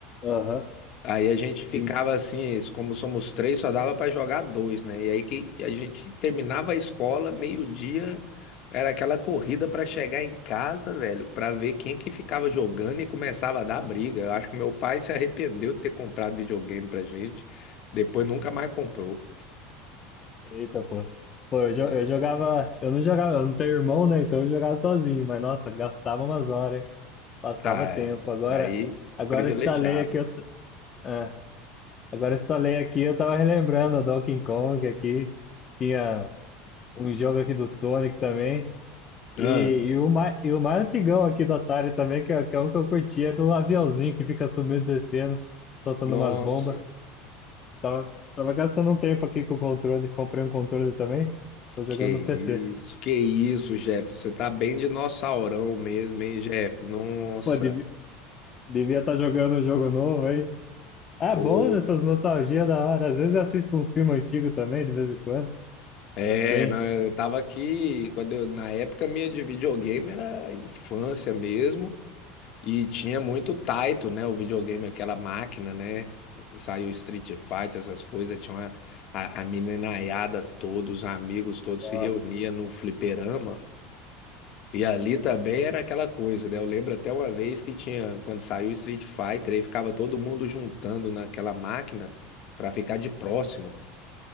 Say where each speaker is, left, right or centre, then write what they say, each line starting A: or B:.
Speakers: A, on the left; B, on the left.
A: Aham,
B: Aí a gente ficava
A: sim.
B: assim, es- como somos três, só dava pra jogar dois, né? E aí que a gente terminava a escola, meio-dia, era aquela corrida pra chegar em casa, velho, pra ver quem que ficava jogando e começava a dar briga. Eu acho que meu pai se arrependeu de ter comprado videogame pra gente, depois nunca mais comprou.
A: Eita, pô. Pô, eu, jo- eu jogava. Eu não jogava, eu não tenho irmão, né? Então eu jogava sozinho, mas nossa, gastava umas horas, hein? Passava
B: Ah,
A: tempo.
B: é.
A: Agora,
B: aí,
A: agora
B: privilegiado.
A: eu instalei aqui. Eu, t- ah, agora eu instalei aqui, eu tava relembrando o Donkey Kong aqui. Tinha um jogo aqui do Sonic também.
B: Ah,
A: E, e, o mais, e o mais antigão aqui do Atari também, que é, que é um que eu curti, é do aviãozinho que fica sumindo e descendo, soltando
B: nossa,
A: umas bombas. Tava, tava gastando um tempo aqui com o controle, comprei um controle também, tô jogando
B: que isso,
A: no PC.
B: que isso, Jeff. Você tá bem dinossaurão mesmo, hein, Jeff? Nossa,
A: Pô, devi- devia estar jogando um jogo novo aí. É
B: pô.
A: bom essas nostalgias da hora, às vezes eu assisto uns filmes antigos também, de vez em quando.
B: É,
A: Bem,
B: não, eu tava aqui, quando eu- na época minha de videogame era infância mesmo, e tinha muito Taito, né, o videogame, aquela máquina, né, saiu Street Fighter, essas coisas, tinha uma, a, a meninaiada toda, os amigos todos
A: nossa,
B: se reuniam num fliperama, E ali também era aquela coisa, né? Eu lembro até uma vez que tinha, quando saiu Street Fighter, aí ficava todo mundo juntando naquela máquina pra ficar de próximo.